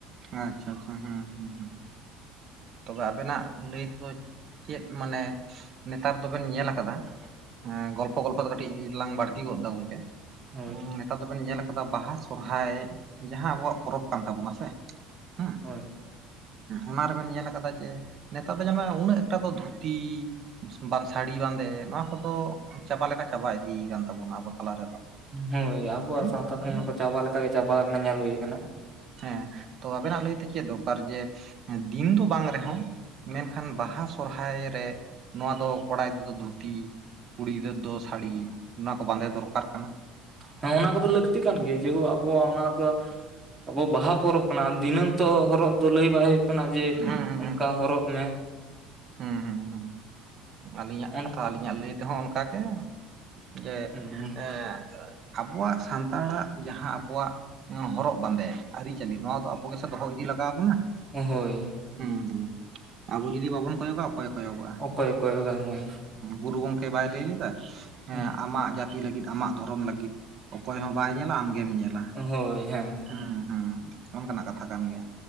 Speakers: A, on the right; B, on the right.
A: ᱟᱪᱪᱷᱟ ᱟᱪᱪᱷᱟ ᱦᱮᱸ ᱦᱮᱸ ᱛᱚᱵᱮ ᱟᱵᱮᱱᱟᱜ ᱞᱟᱹᱭ ᱛᱮᱫᱚ ᱪᱮᱫ ᱢᱟᱱᱮ ᱱᱮᱛᱟᱨ ᱫᱚᱵᱮᱱ ᱧᱮᱞ ᱠᱟᱫᱟ ᱜᱚᱞᱯᱷᱚ ᱜᱚᱞᱯᱷᱚ ᱫᱚ ᱠᱟᱹᱴᱤᱡ ᱞᱟᱝ ᱵᱟᱹᱲᱛᱤ ᱜᱚ ᱫᱟ ᱜᱚᱝᱠᱮ <unintelligible>
B: ᱦᱳᱭ
A: ᱱᱮᱛᱟᱨ ᱫᱚᱵᱮᱱ ᱧᱮᱞ ᱠᱟᱫᱟ ᱵᱟᱦᱟ ᱥᱚᱨᱦᱟᱭ ᱡᱟᱦᱟᱸ ᱟᱵᱚᱣᱟᱜ ᱯᱚᱨᱚᱵ ᱠᱟᱱ ᱛᱟᱵᱚᱱᱟ ᱥᱮ ᱦᱟᱸ
B: ᱦᱳᱭ
A: ᱚᱱᱟ ᱨᱮᱵᱮᱱ ᱧᱮᱞ ᱠᱟᱫᱟ ᱡᱮ ᱱᱮᱛᱟᱨ ᱫᱚ ᱧᱮᱞ ᱢᱮ ᱩᱱᱟᱹᱜᱴᱟ ᱫᱚ ᱫᱷᱩᱛᱤ ᱵᱟᱝ ᱥᱟᱹᱲᱤ ᱵᱟᱸᱫᱮ ᱱᱚᱣᱟ ᱠᱚᱫᱚ ᱪᱟᱵᱟ ᱞᱮᱠᱟ ᱪᱟᱵᱟ ᱤᱫᱤ ᱠᱟᱱ ᱛᱟᱵᱚᱱᱟ ᱟᱵᱚ ᱛᱟᱞᱟ ᱨᱮᱫᱚ
B: ᱦᱳᱭ ᱟᱵᱚᱣᱟᱜ
A: ᱦᱮᱸ
B: ᱥᱟᱶᱛᱟ
A: ᱦᱮᱸ
B: ᱠᱚᱢᱟ ᱪᱟᱵᱟ ᱞᱮᱠᱟ ᱜᱮ ᱪᱟᱵᱟ ᱟᱠᱟᱱᱟ ᱧᱮᱞ ᱦᱩᱭ ᱟᱠᱟᱱᱟ
A: ᱦᱮᱸ ᱛᱚ ᱟᱵᱮᱱᱟᱜ ᱞᱟᱹᱭ ᱛᱮ ᱪᱮᱫ ᱫᱚᱨᱠᱟᱨ ᱡᱮ ᱫᱤᱱ ᱫᱚ ᱵᱟᱝ ᱨᱮᱦᱚᱸ ᱢᱮᱱᱠᱷᱟᱱ ᱵᱟᱦᱟ ᱥᱚᱨᱦᱟᱭ ᱨᱮ ᱱᱚᱣᱟ ᱫᱚ ᱠᱚᱲᱟ ᱜᱤᱫᱽᱨᱟᱹ ᱫᱚ ᱫᱷᱩᱛᱤ ᱠᱩᱲᱤ ᱜᱤᱫᱽᱨᱟᱹ ᱫᱚ ᱥᱟᱹᱲᱤ ᱚᱱᱟ ᱠᱚ ᱵᱟᱸᱫᱮ ᱫᱚᱨᱠᱟᱨ ᱠᱟᱱᱟ
B: ᱦᱚᱸ ᱚᱱᱟ ᱠᱚᱫᱚ ᱞᱟᱹᱠᱛᱤ ᱠᱟᱱ ᱜᱮ ᱡᱮᱦᱩ ᱟᱵᱚᱣᱟᱜ ᱚᱱᱟ ᱫᱚ ᱟᱵᱚ ᱵᱟᱦᱟ ᱯᱚᱨᱚᱵ ᱠᱟᱱᱟ ᱫᱤᱱᱟᱹᱢ ᱛᱚ ᱦᱚᱨᱚᱜ ᱫᱚ ᱞᱟᱹᱭ ᱵᱟᱭ ᱠᱟᱱᱟ ᱡᱮ
A: ᱦᱩᱸ ᱦᱩᱸ
B: ᱚᱱᱠᱟ ᱦᱚᱨᱚᱜ ᱢᱮ
A: ᱦᱩᱸ ᱦᱩᱸ ᱦᱩᱸ ᱟᱹᱞᱤᱧᱟᱜ
B: ᱚᱱ
A: ᱠᱟᱛᱷᱟ ᱟᱹᱞᱤᱧᱟᱜ ᱞᱟᱹᱭ ᱛᱮᱦᱚᱸ ᱚᱱᱠᱟ ᱜᱮ ᱡᱮ
B: ᱦᱩᱸ,
A: ᱮᱸᱜ ᱟᱵᱚᱣᱟᱜ ᱥᱟᱱᱛᱟᱲᱟᱜ ᱡᱟᱦᱟᱸ ᱟᱵᱚᱣᱟᱜ ᱦᱚᱨᱚᱜ ᱵᱟᱸᱫᱮ ᱟᱹᱨᱤᱪᱟᱹᱞᱤ ᱱᱚᱣᱟ ᱫᱚ ᱟᱵᱚ ᱜᱮᱥᱮ ᱫᱚᱦᱚ ᱤᱫᱤ ᱞᱟᱜᱟᱣ ᱟᱵᱚᱱᱟ
B: ᱦᱳᱭ
A: ᱦᱩᱸ ᱦᱩᱸ ᱟᱵᱚ ᱡᱩᱫᱤ ᱵᱟᱵᱚᱱ ᱠᱚᱭᱚᱜᱟ ᱚᱠᱚᱭᱮ ᱠᱚᱭᱚᱜᱟᱜ ᱼᱟ
B: ᱚᱠᱚᱭ ᱠᱚᱭᱚᱜᱟ ᱦᱚᱭ
A: ᱜᱩᱨᱩ ᱜᱚᱝᱠᱮ ᱵᱟᱭ ᱞᱟᱹᱭ ᱞᱮᱫᱟ ᱦᱮᱸ
B: ᱦᱩᱸ,
A: ᱟᱢᱟᱜ ᱡᱟᱹᱛᱤ ᱞᱟᱹᱜᱤᱫ ᱟᱢᱟᱜ ᱫᱷᱚᱨᱚᱢ ᱞᱟᱹᱜᱤᱫ ᱚᱠᱚᱭ ᱦᱚᱸ ᱵᱟᱭ ᱧᱮᱞᱟ ᱟᱢᱜᱮᱢ ᱧᱮᱞᱟ
B: ᱦᱳᱭ ᱦᱮᱸ
A: ᱦᱩᱸ ᱦᱩᱸ ᱱᱚᱝᱠᱟᱱᱟᱜ ᱠᱟᱛᱷᱟ ᱠᱟᱱ ᱜᱮᱭᱟ